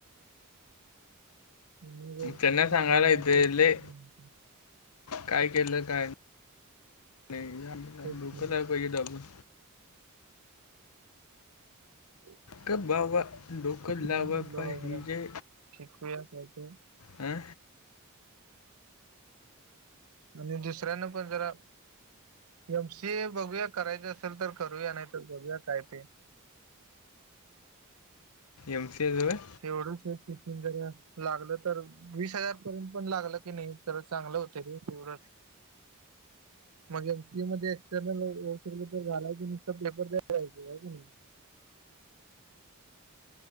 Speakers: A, on the right; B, on the left.
A: मग
B: त्यांना
A: मस्त
B: सांगायला
A: निवांत
B: येतय
A: तेच
B: लई
A: केलं म्हणून.
B: काय केलं काय <unintelligible> डोकं
A: तेच की.
B: द्यायला पाहिजे दाबून
A: <unintelligible>
B: गप बाबा डोकं
A: म्हणून
B: लावाय
A: म्हणलं
B: पाहिजे
A: वगैरे शिकूया काय ते
B: अ
A: आणि दुसऱ्याना पण जरा एम सी ए बघूया करायचं असेल तर करूया नाही तर बघूया काय ते.
B: एम. सी. ए. च होय
A: तेवढंच तिथून जर लागलं तर वीस हजार पर्यंत पण लागलं की नाही तर चांगलं होतंय रे तेवढंच मग एमसीए मध्ये एक्सटर्नल होऊ शकलं तर झालं की नुसता पेपर द्यायला जाण्याचं होय की नाही.